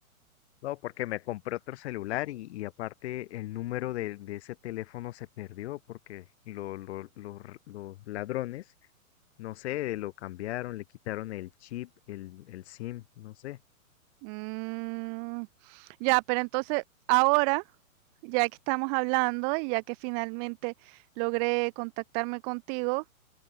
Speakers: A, on the left; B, on the right.
A: No, porque me compré otro celular y, y aparte el número de, de ese teléfono se perdió porque lo- lo- lo r- los ladrones, no sé, lo cambiaron, le quitaron el chip, el, el SIM, no sé.
B: Mm, ya, pero entonces ahora, ya que estamos hablando y ya que finalmente logré contactarme contigo,